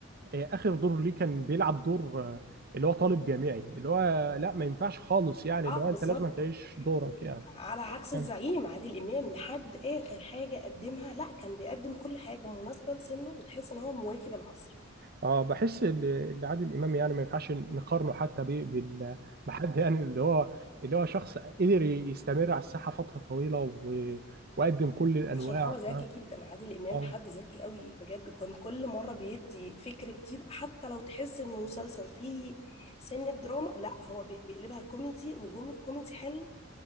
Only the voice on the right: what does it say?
آه، اخر دور ليه كان بيلعب دور آه، اللي هو طالب جامعي اللي هو لا ما ينفعش خالص يعني
اللي هو
انت لازم تعيش دورك يعني
يعني-
اه بحس ان إن عادل امام يعني ما ينفعش نقارنه حتى ب- بال- بحد يعني اللي هو اللي هو شخص قدر يستمر على الساحه فتره طويله و... وقدم كل الانواع
فاهم؟
آه.